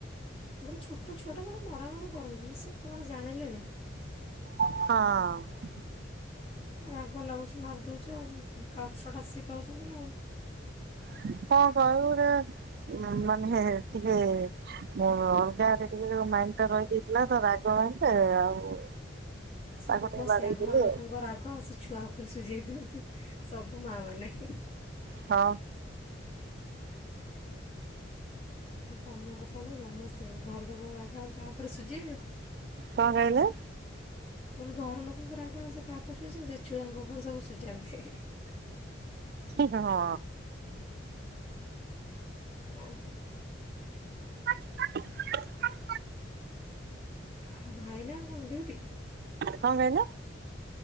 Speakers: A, on the left (about 30°); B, on the right (about 55°).
A: ମୁଁ କହିଲି ଛୋଟ ଛୁଆଟା ତାକୁ ମରାମରି କରନ୍ତୁନି ସେ କଣ ଜାଣିଲେଣି।
B: ହଁ।
A: ରାଗ ଲାଗୁଚି ମାରିଦଉଚି ଆଉ କଷ୍ଟ ଟା ସିଏ ପାଉଚନ୍ତି ନା ଆଉ।
B: <unintelligible> ମାନେ ଟିକେ ମୁଁ ଅଲଗା ଆଡେ ଟିକେ ମାଇଣ୍ଡ୍ ଟା ରହିଯାଇଥିଲା ତ ରାଗ <unintelligible> ଆଉ
A: ସେ
B: ତାକୁ
A: ହବ
B: ଟିକେ
A: ସେଇଆ
B: ବାଡେଇଦେଲି
A: ଘର ଲୋକଙ୍କ ରାଗ ସେ ଛୁଆ ଉପରେ ସୁଜେଇ ଦିଅନ୍ତି ସବୁ ମାଆ ମାନେ।
B: ହଁ।
A: ତମ କଥା ନୁହଁ ସମସ୍ତେ ଘରର କଣ ରାଗ ଆଉ କାହା ଉପରେ ସୁଜେଇବେ।
B: କଣ୍ କହିଲ?
A: ମୁଁ କହିଲି ଘର ଲୋକଙ୍କ ରାଗ ଆଉ ସେ କାହା ଉପରେ ସବୁ ସୁଜେଇବେ ସେ ଛୁଆଙ୍କ ଉପରେ ସବୁ ସୁଜାନ୍ତି ହିଁ- ହିଁ।
B: ହିଁ -ହିଁ -ହଁ।
A: <inaudible>
B: <inaudible>
A: ଆ- ଭାଇ ନା କଣ ଡ୍ୟୁଟି?
B: କଣ୍ କହିଲେ